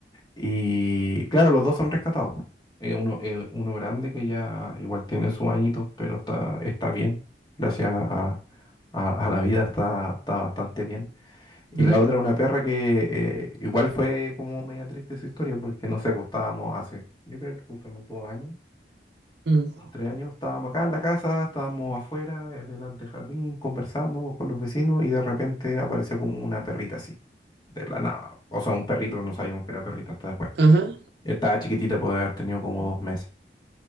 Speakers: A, on the left; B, on the right.
A: Y claro, los dos son rescatados. Eh, uno, eh, uno grande que ya igual tiene sus añitos, pero está, está bien. Gracias a, a- a la vida está, está bastante bien. Y
B: ujú,
A: la otra, una perra que eh, igual fue como media triste su historia, porque no sé, pues estábamos hace, yo creo que unos dos años
B: ujú.
A: los tres años estábamos acá en la casa, estábamos afuera, en el antejardín, conversando con los vecinos y de repente apareció como una perrita así, de la nada. O sea, un perrito, no sabíamos que era perrito hasta después.
B: Ajá.
A: Estaba chiquitita, puede haber tenido como dos meses.